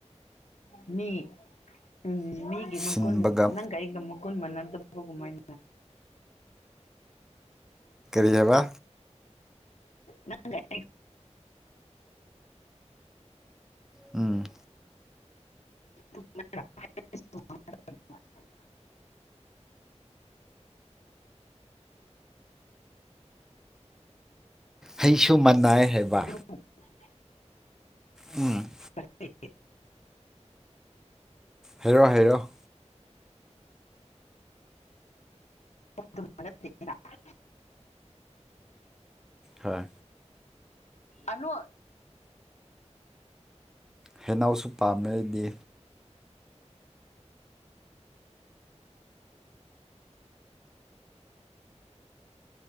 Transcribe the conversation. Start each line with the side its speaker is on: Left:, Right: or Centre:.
Left: ꯃꯤ ꯎꯝ ꯃꯤꯒꯤ
Centre: ꯁꯤꯟꯕꯒ
Left: ꯃꯀꯣꯟꯣꯟ ꯅꯪ ꯑꯩꯒ ꯀꯟ ꯃꯥꯟꯅ ꯗꯕꯒꯨꯝ ꯃꯥꯏ
Centre: ꯀꯩꯑꯕ
Left: ꯅꯪ
Centre: ꯎꯝ
Left: <unintelligible>
Centre: ꯍꯩꯁꯨ ꯃꯥꯟꯅꯥꯏ ꯍꯥꯏꯕ
Left: ꯑꯣꯏ
Centre: ꯎꯝ
Left: ꯦ <unintelligible>
Centre: ꯍꯥꯏꯔꯛꯑꯣ ꯍꯥꯏꯔꯛꯑꯣ
Left: ꯑꯗꯨꯝ ꯃꯔꯔ <unintelligible>
Centre: ꯍꯣꯏ
Left: ꯑꯅ
Centre: ꯍ‌ꯦꯅꯧꯁꯨ ꯄꯥꯝꯃꯦ ꯑꯩꯗꯤ